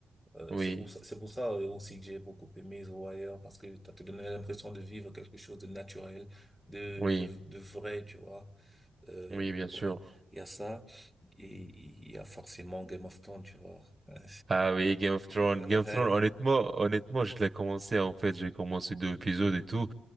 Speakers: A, in the centre; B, on the right (about 30°).
A: Euh,
B: oui,
A: c'est pour ça, c'est pour ça euh, aussi que j'ai beaucoup aimé The Wire, parce que ça te donnait l'impression de vivre quelque chose de naturel, de,
B: oui,
A: de, de vrai, tu vois. Euh,
B: oui, bien
A: ouais,
B: sûr.
A: il y a ça, et il y a forcément Game of Thrones, tu vois. <laughs>
B: Ah oui, Game of Thrones.
A: Euh,
B: Game of
A: ouais.
B: Thrones, honnêtement, honnêtement, je l'ai commencé en fait. J'ai commencé deux épisodes et tout.